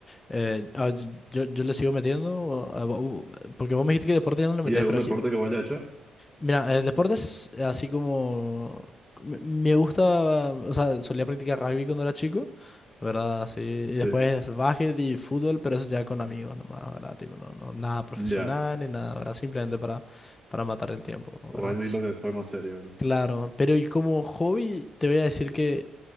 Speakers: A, on the left; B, in the centre.
A: eh, ah, yo, yo, yo le sigo metiendo, o- ah, vo- porque vos me dijiste que deporte ya no le
B: ¿Y
A: metes,
B: algún
A: pero
B: deporte
A: gi-
B: que vaya hecho?
A: mira, eh, deportes eh, así como... Me, me gusta, o sea, solía practicar rugby cuando era chico, ¿verdad? Sí, y después
B: Sí.
A: básquet y fútbol, pero eso ya con amigos nomás, ¿verdad? Tipo, no, no, nada profesional
B: Ya.
A: ni nada, ¿verdad? Simplemente para, para matar el tiempo,
B: Bueno,
A: ¿verdad?
B: y lo que fue más serio, ¿verdad?
A: Claro, pero y como hobby te voy a decir que